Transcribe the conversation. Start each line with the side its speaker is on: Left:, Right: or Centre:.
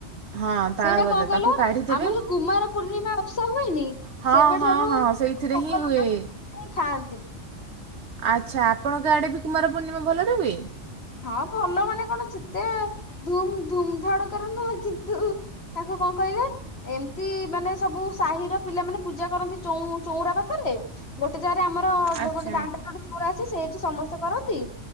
Right: ହଁ ତାଳ
Left: ସେଇଟା
Right: ଗଜା
Left: କଣ କହିଲ
Right: ତାକୁ କାଢ଼ିଦେବେ
Left: ଆମର ଯୋଉ କୁମାର ପୂର୍ଣ୍ଣିମା ଓସା ହୁଏନି।
Right: ହଁ
Left: ସେବେଠାରୁ
Right: ହଁ ହଁ ସେଇଥିରେ
Left: <unintelligible>
Right: ହିଁ ହୁଏ।
Left: ଖାଆନ୍ତି।
Right: ଆଚ୍ଛା ଆପଣଙ୍କ ଆଡ଼େ ବି କୁମାର ପୂର୍ଣ୍ଣିମା ଭଲରେ ହୁଏ?
Left: ହଁ ଭଲ ମାନେ କଣ ଯେତେ ଧୁମ୍ ଧୁମ୍ ଧଡାକରେ ନୁହଁ କିନ୍ତୁ ତାକୁ କଣ କହିଲେ? ଏମିତି ମାନେ ସବୁ ସାହିର ପିଲାମାନେ ପୂଜା କରନ୍ତି ଚଉଁ ଚଉଁରା ପାଖରେ। ଗୋଟେ ଜାଗାରେ ଆମର
Right: ଆଚ୍ଛା।
Left: ଗୋଟେ ଦାଣ୍ଡଟେ ଚଉଁରା ଅଛି ସେଇଠି ସମସ୍ତେ କରନ୍ତି